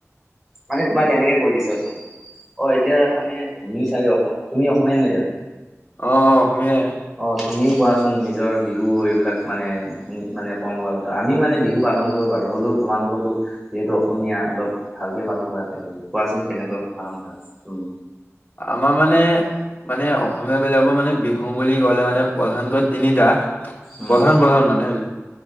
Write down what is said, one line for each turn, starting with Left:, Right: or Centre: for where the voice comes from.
Centre: মানে তোমাক এনেকে কৈ দিছে চ অ এতিয়া মানে তুমি চাগি তুমি অসমে নাই জা
Left: অ', অসমীয়াই
Centre: অ তুমিও কোৱাচোন নিজৰ বিহু এইবিলাক মানে ন মানে কম বয়সত আমিও মানে বিহু পালন কৰোঁ বাৰু হ'লেও তোমালোকৰো যিহেতু অসমীয়া অলপ ভাল ভালকে পালন কৰা আৰু কোৱাচোন কেনেকৈ পালন কৰাম?
Left: আমাৰ মানে মানে অসমীয় বিলাকৰ মানে বিহু বুলি ক'লে মানে প্ৰধানকৈ তিনিটা প্ৰধান
Centre: উম
Left: প্ৰধান মানে